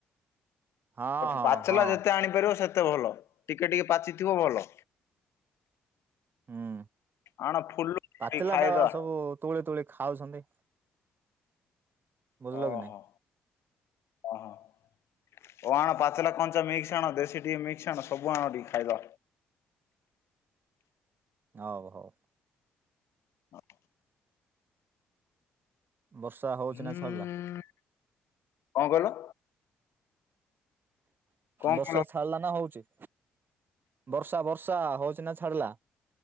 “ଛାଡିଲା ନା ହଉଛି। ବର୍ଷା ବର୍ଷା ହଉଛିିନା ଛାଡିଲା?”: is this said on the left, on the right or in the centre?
Right